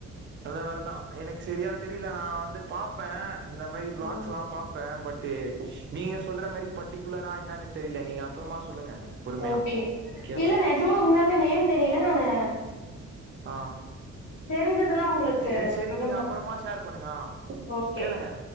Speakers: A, on the right; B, on the left.
A: அந்த மாரிதா எனக் செரியா தெரியில நா வந்து பாப்பே இந்த மாரி வ்ளாக்ஸ்ல்லா
B: ம்.
A: பாப்பே பட்டு் நீங்க சொல்ற மாரி ப ட்டிகுலரா என்னானு தெரில நீங்க அப்பறமா சொல்லுங்க எனக் பொறுமையா
B: ஓகே
A: கேப்போ
B: இல்ல நெஜமா உண்மையாலுமே நேம் தெரியில நானு
A: ஆ
B: தெரிஞ்சதுன்னா உங்களுக்கு
A: அ செரி
B: அனுப்புறே
A: நீங்க அப்பறமா ஷேர் பண்ணுங்க ஆ
B: ஓகே
A: கேளுங்க